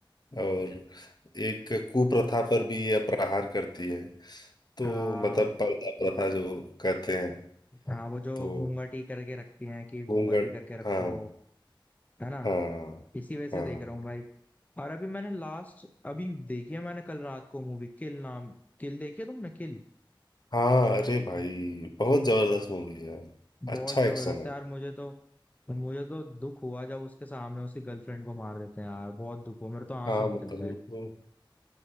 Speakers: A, on the left; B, on the left.
A: और एक कुप्रथा पर भी ये प्रहार करती है तो
B: हाँ
A: मतलब पर्दा प्रथा जो कहते हैं
B: हाँ वो जो
A: तो
B: घूंघटी करके रखती हैं कि घूंघटी
A: घूंघट
B: करके रखो
A: हाँ
B: है ना
A: हाँ
B: इसी वजह से
A: हाँ
B: देख रहा हूँ भाई और अभी मैंने लास्ट अभी देखी है मैंने कल रात को मूवी किल नाम किल देखी है तुमने किल
A: हाँ अरे भाई बहुत जबरदस्त मूवी है
B: बहुत
A: अच्छा
B: जबरदस्त
A: एक्शन है
B: है यार मुझे तो पर मुझे तो दुख हुआ जब उसके सामने उसकी गर्लफ्रेंड को मार देते हैं यार बहुत दुख हुआ मेरे तो आंसू
A: हाँ
B: निकल
A: मतलब
B: गए
A: वो तो